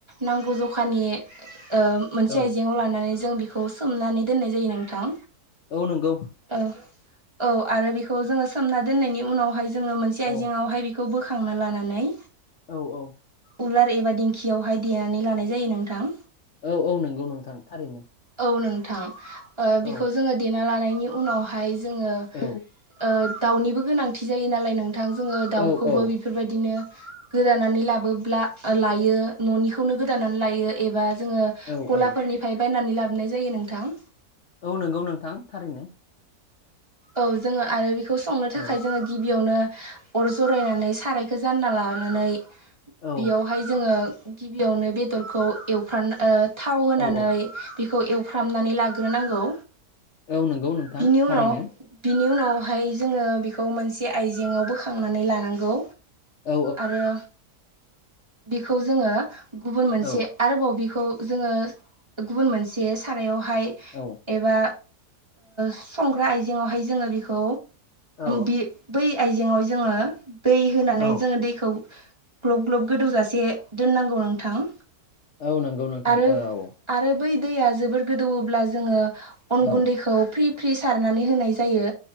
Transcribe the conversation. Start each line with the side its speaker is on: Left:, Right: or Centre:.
Right: नांगौ जखानि ओ मोनसे
Left: औ
Right: आइजेंआव लानानै जों बेखौ सोमनानै दोननाय जायो नोंथां।
Left: औ नंगौ
Right: ओ औ आरो बेखौ जोङो सोमना दोननायनि उनावहाय जोङो मोनसे आइजेंआवहाय
Left: औ
Right: बेखौ बोखांना लानानै
Left: औ औ
Right: उलार एबा दिंखियावहाय देनानै लानाय जायो नोंथां।
Left: औ औ नंगौ नोंथां थारैनो
Right: औ नोंथां
Left: औ
Right: बेखौ जोङो देना लानायनि उनावहाय जोङो
Left: औ
Right: ओ दाउनिबो गोनांथि जायो नालाय नोंथां जोङो दाउखौबो
Left: औ
Right: बेफोरबायदिनो गोदानानै लाबोब्ला लायो न'निखौनो गोदानानै लायो एबा जोङो
Left: औ
Right: गलाफोरनिफ्राय
Left: औ
Right: बायनानै लाबोनाय जायो नोंथां।
Left: औ नंगौ नोंथां थारैनो
Right: औ जोङो आरो बेखौ संनो थाखाय
Left: औ
Right: जोङो गिबि बियावनो अर जरायनानै सारायखौ जानना लानानै
Left: औ
Right: बेयाव बेहाय जोङो गिबियावनो बेदरखौ एवफ्र थाव होनानै
Left: औ औ
Right: बेखौ फ्रामनानै लाग्रोनांगौ।
Left: औ नंगौ नोंथां
Right: बिनि उनाव
Left: थारैनो
Right: बिनि उनावहाय जोङो बेखौ मोनसे आइजेंआव बोखांनानै लानांगौ।
Left: औ
Right: आरो बेखौ जोङो गुबुन मोनसे
Left: औ
Right: आरोबाव बेखौ जोङो गुबुन मोनसे सारायावहाय
Left: औ
Right: एबा संग्रा आइजेङावहाय जोङो बेखौ
Left: औ
Right: बि बै आइजेंआव जोङो दै होनानै
Left: औ
Right: जोङो दैखौ ग्लब ग्लब गोदौजासे दोननांगौ नोंथां।
Left: औ नंगौ नोंथां
Right: आरो
Left: औ
Right: आरो बै दैया जोबोर गोदौोब्ला जोङो अन
Left: औ
Right: गुन्दैखौ फ्रि फ्रि सारना नानै होनाय जायो